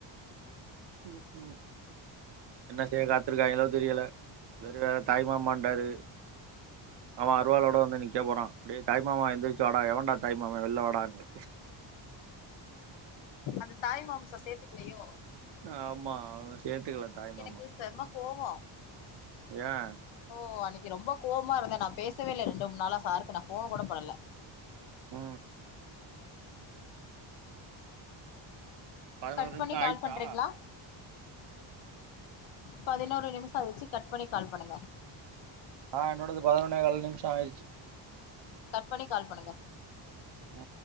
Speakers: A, on the right; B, on the left.
A: ம் ம் என்ன செய்ய காத்துருக்காங்களோ தெரியல இவரு வேற தாய் மாமான்டாரு அவன் அருவாளோட வந்து நிக்க போறா டேய் தாய்மா எந்திரிச்சு வாடா எவண்டா தாய் மாமா வெளில வாடான்னு
B: அந்த தாய் மாமாஸ சேத்துக்கலையோ
A: ஆமா அவ சேத்துகல
B: அன்னைக்கு
A: தாய் மாமா
B: எனக்கு செம கோவோ
A: ஏ
B: ஓ அன்னைக்கு ரொம்ப கோவமா இருந்தே நா பேசவே இல்ல ரெண்டு மூணு நாளா சாருக்கு நா ஃபோன் கூட பன்ல
A: உ பதினோரு
B: கட்
A: நிமிஷோ
B: பண்ணி
A: ஆயிடுச்சா
B: கால் பண்றீங்களா பதினோரு நிமிஷோ வச்சு கட் பண்ணி கால் பண்ணுங்க
A: ஆ என்னோடது பதினொன்னே கால் நிமிஷோ ஆயிருச்சு
B: ம் கட் பண்ணி கால் பண்ணுங்க
A: உ